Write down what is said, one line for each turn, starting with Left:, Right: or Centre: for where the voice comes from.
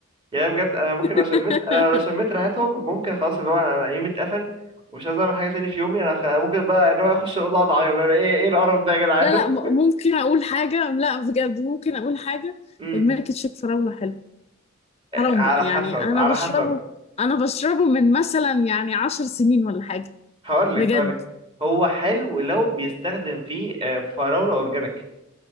Right: يعني بجد انا ممكن
Left: <laughs>
Right: لو شميت انا لو شميت ريحتهم ممكن خلاص اللي هو انا أنا يومي اتقفل ومش عايز اعمل حاجه تاني في يومي انا خ... ممكن بقى اللي هو اخش الاوضه اقعد اعيط بقى، ايه ايه القرف ده يا جدعان
Left: لا لا م-
Right: <laughs>
Left: ممكن اقول حاجه لا بجد ممكن اقول حاجه
Right: امم
Left: الملك تشيك فراوله حلو حرام
Right: على
Left: بقى
Right: حسب
Left: يعني انا
Right: على
Left: بشربه
Right: حسب
Left: انا بشربه من مثلا يعني عشر سنين ولا حاجه
Right: هقول لك
Left: بجد
Right: هقول لك هو حلو لو بيستخدم فيه آه، فراوله اورجانيك